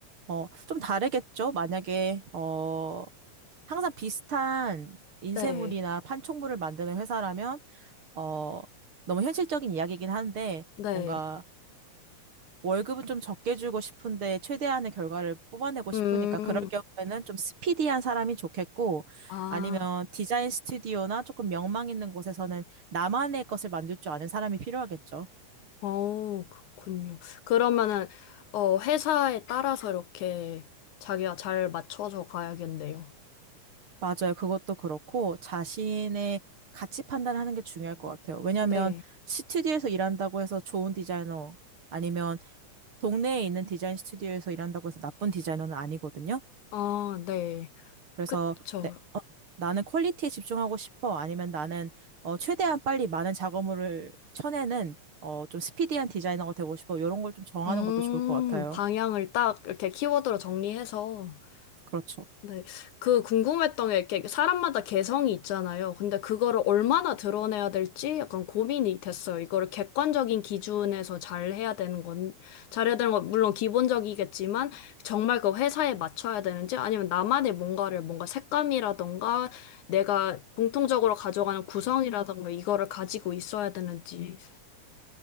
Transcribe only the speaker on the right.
어, 좀 다르겠죠? 만약에, 어, 항상 비슷한 인쇄물이나
판촉물을 만드는 회사라면, 어, 너무 현실적인 이야기이긴 한데,
뭔가 월급은 좀 적게 주고 싶은데, 최대한의 결과를 뽑아내고 싶으니까,
그럴 경우에는 좀 스피디한 사람이 좋겠고,
아니면 디자인 스튜디오나 조금 명망 있는 곳에서는 나만의 것을 만들 줄 아는 사람이 필요하겠죠.
맞아요. 그것도 그렇고 자신의 가치 판단을 하는 게 중요할 것 같아요. 왜냐하면
스튜디오에서 일한다고 해서 좋은 디자이너 아니면 동네에 있는 디자인 스튜디오에서 일한다고 해서 나쁜 디자이너는 아니거든요.
그래서
네, 어, 나는 퀄리티에 집중하고 싶어. 아니면 나는 어, 최대한 빨리 많은 작업물을 쳐내는 어, 좀 스피디한 디자이너가 되고 싶어. 이런 걸 좀 정하는
것도 좋을 것 같아요.
그렇죠.